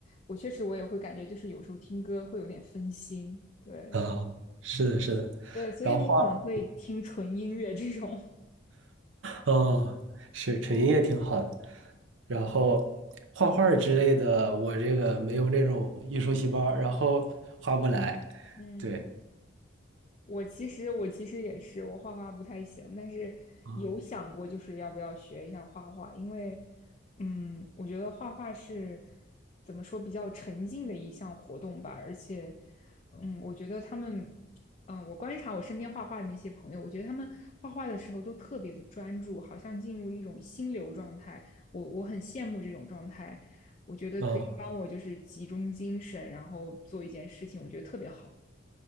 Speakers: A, on the left; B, on the right.
A: 我确实我也会感觉，就是有时候听歌会有点分心。对
B: 啊，是的，是的。
A: 对，所以我可能会听纯音乐这种。
B: 然后。哦，是纯音乐挺好的。然后画画儿之类的，我这个没有那种艺术细胞，然后画不来。
A: <laughs> 嗯。
B: 对，
A: 我其实我其实也是，我画画不太行，但是有嗯想过就是要不要学一下画画，
B: 啊，
A: 因为嗯，我觉得画画是怎么说比较沉浸的一项活动吧，而且嗯，我觉得他们嗯，我观察我身边画画的那些朋友，我觉得他们画画的时候都特别的专注，好像进入一种心流状态，我我很羡慕这种状态，我觉得可以帮我就是集中精神，
B: 哦，
A: 然后做一件事情，我觉得特别好。